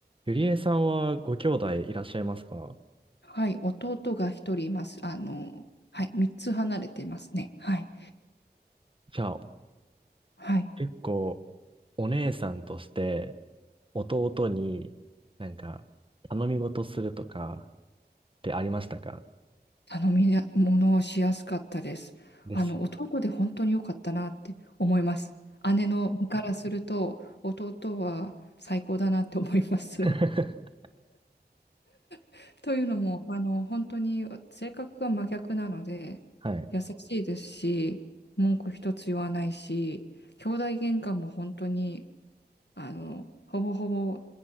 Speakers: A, on the right; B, on the left.
A: ゆりえさんはご兄弟いらっしゃいますか
B: はい、弟が一人います。あの、はい、三つ離れていますね。はい。
A: じゃあ、
B: はい。
A: 結構お姉さんとして弟になんか頼み事するとかってありましたか
B: 頼みな物をしやすかったです。
A: です。
B: あの、弟で本当に良かったなって思います。姉の身からすると、弟は最高だなって思います。
A: <laughs>
B: <laughs> というのも、あの、本当に性格が真逆なので、
A: はい。
B: 優しいですし、文句一つ言わないし、兄弟喧嘩も本当にあの、ほぼほぼ